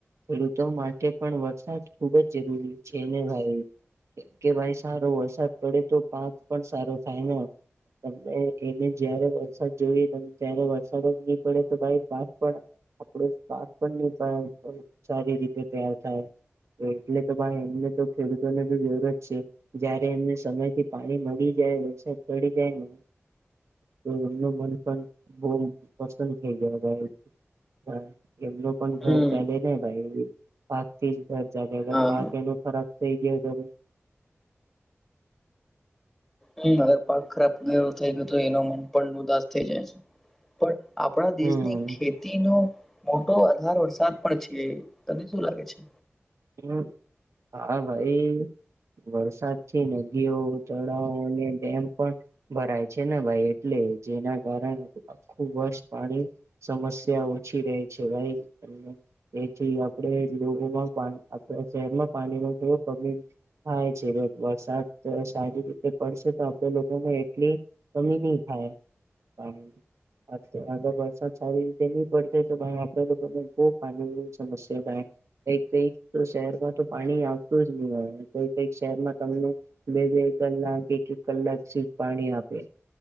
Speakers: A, on the right; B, in the centre.
A: ખેડૂતો માટે પણ વરસાદ ખુબ જ જરૂરી છે ને ભાઈ. એ કે ભાઈ સારો વરસાદ પડે તો પાક પણ સારો થાય ને તમે એને જયારે વરસાદ જોઈ ત ત્યારે વરસાદ જ નહી પડે તો ભાઈ પાક પણ આપડું પાક પણ સારી રીતે તૈયાર થાય. એટલે તો ભાઈ એમને તો ખેડૂતોને તો જરૂરત છે, જયારે એમને સમય થી પાણી મળી જ ક્યાંય વરસાદ પડી જાય ને તો એમનું મન પણ બહ પસંદ થઈ ગયા, હા, એમનું પણ ઘર
B: હમ
A: ચાલે ને ભાઈ પાત થી ખર્ચા થાય
B: હા
A: પાક એનો ખરાબ કઈ ગયા તમે?
B: હમ્મ, અગર પાક ખરાબ કરો થઈ ગયો તો એનો મન પણ ઉદાસ થઈ જાય છે પણ આપણા દેશની
A: હમ
B: ખેતી નું મોટો આધાર વરસાદ પણ છે, તને શું લાગે છે?
A: હમ્મ હા ભાઈ વરસાદ થી નદીઓ તળાવ અને ડેમ પણ ભરાય છે ને ભાઈ એટલે જેના કારણે આખું વર્ષ પાણી સમસ્યા ઓછી રહે છે ભાઈ એથી આપણે લોકોમાં શહેરમાં પાણી ન થ કમી થાય છે વરસાદ સારી રીતે પડશે તો આપણે લોકોને એટલી કમી ની થાય. હા પાણીની. અગર વરસાદ સારી રીતે ની પડતે તો ભાઈ આપણા લોકોને બહુ પાણીની સમસ્યા થાય. કઈ કઈક તો શહેરમાં તો પાણી આવતું જ ની હોય કોઈક કઈક શહેરમા તમને બે બે કલાક કે એક એક કલાક સુ પાણી આપે.